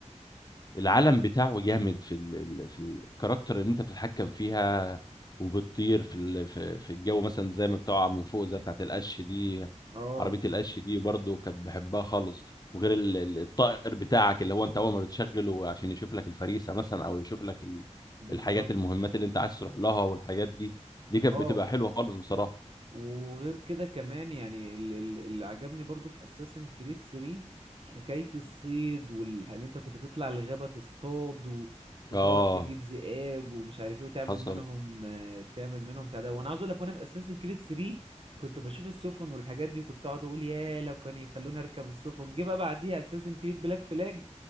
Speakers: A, on the left; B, on the right.
A: العالم بتاعه جامد في ال... ال- في الكاركتر اللي انت بتتحكم فيها وبتطير في ال... في في الجو مثلا زي ما بتقع من فوق زي بتاعت القش دي
B: أه
A: عربية القش دي برضو كانت بحبها خالص وغير ال- ال- الطائر بتاعك اللي هو انت اول ما بتشغله عشان يشوف لك الفريسة مثلا او يشوف لك ال...
B: بالظبط
A: الحاجات المهمات اللي انت عايز تروح لها والحاجات دي دي كانت
B: اه
A: بتبقى حلوة خالص بصراحة
B: وغير كده كمان يعني ال- ال- اللي عجبني برضو في اساسن كريد 3 حكاية الصيد وال... اللي انت كنت بتطلع الغابة تصطاد و... وتقعد
A: اه
B: تجيب ذئاب ومش عارف ايه وتعمل
A: حصل
B: منهم آه، تعمل منهم بتاع ده وانا عاوز اقول لك وانا في اساسن كريد 3 كنت بشوف السفن والحاجات دي وكنت اقعد اقول يا لو كان يخلوني اركب السفن جه بقى بعديها اساسن كريد بلاك فلاج